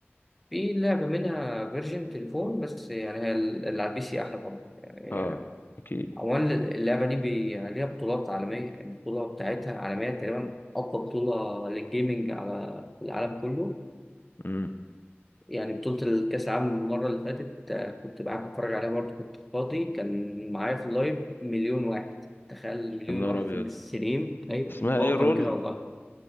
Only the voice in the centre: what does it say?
في لعبه منها فيرجن تليفون بس يعني هي ال- اللي على البي سي احلى طبعا يعني
اولا اللعبه دي بي... ليها بطولات عالميه البطوله بتاعتها عالميه تقريبا اقوى بطوله للجيمنج على العالم كله
يعني بطولة الكأس العالم المرة اللي فاتت آه، كنت قاعد بتفرج عليها برضه كنت فاضي كان معايا في اللايف مليون واحد تخيل مليون
واحد
في الستريم أيوة
وأكتر
من كده والله